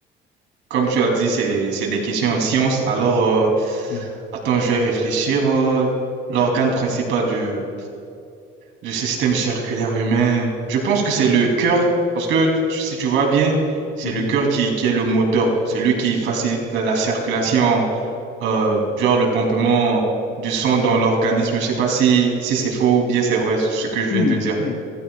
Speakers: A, on the right (about 75°); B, on the left (about 55°).
A: Comme tu as dit, c'est, c'est des questions en science. Alors, euh,
B: Hmm,
A: attends, je vais réfléchir. euh, l'organe principal du, du système circulaire humain, je pense que c'est le cœur. Parce que tu- si tu vois bien, c'est
B: mhm.
A: le cœur qui, qui est le moteur. C'est lui qui facilite la la circulation. euh, genre le pompement du sang dans l'organisme. Je sais pas si, si c'est faux ou bien c'est vrai ce que je viens
B: Si,
A: de dire.
B: si,